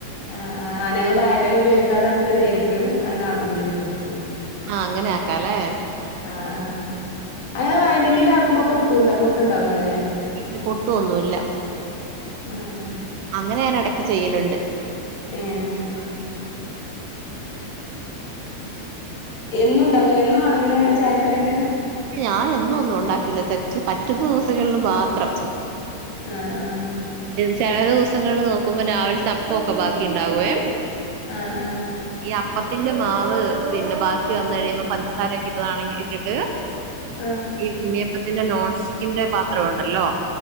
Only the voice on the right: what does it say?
ആഹ് അങ്ങനെയാക്കാല്ലേ
ല്ലാ പൊട്ടു ഒന്നുല്ല
അങ്ങനെ ഞാൻ ഇടക്ക് ചെയ്യലുണ്ട്
ഞാൻ എന്നൊന്നും ഒണ്ടാക്കില്ല തെച്ച പറ്റുന്ന ദിവസങ്ങളില് മാത്രം
ചെല ദിവസങ്ങളില് നോക്കുമ്പോ രാവിലെത്തപ്പൊക്കെ ബാക്കി ഉണ്ടാകുവേ
ഈ അപ്പത്തിന്റെ മാവ് പിന്നെ ബാക്കി വന്നു കഴിയുമ്പോ പഞ്ചസാരെയോക്കെ ഇട്ടതാണെങ്കി ഇട്ടിട്ട്
ഈ ഉണ്ണിയപ്പത്തിന്റെ നോൺ സ്റ്റിക്കിന്റെ പാത്രം ഒണ്ടല്ലോ